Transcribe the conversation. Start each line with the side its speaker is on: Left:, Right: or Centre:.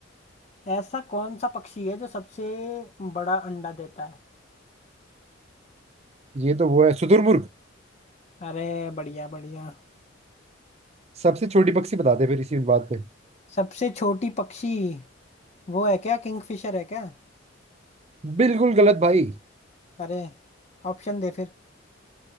Left: ऐसा कौन सा पक्षी है जो सबसे बड़ा अंडा देता है
Right: ये तो वो है शुतुरमुर्ग
Left: अरे बढ़िया बढ़िया
Right: सबसे छोटी पक्षी बता दे फिर इसी बात पे
Left: सबसे छोटी पक्षी वो है क्या किंगफिशर है क्या
Right: बिल्कुल गलत भाई
Left: अरे ऑप्शन दे फिर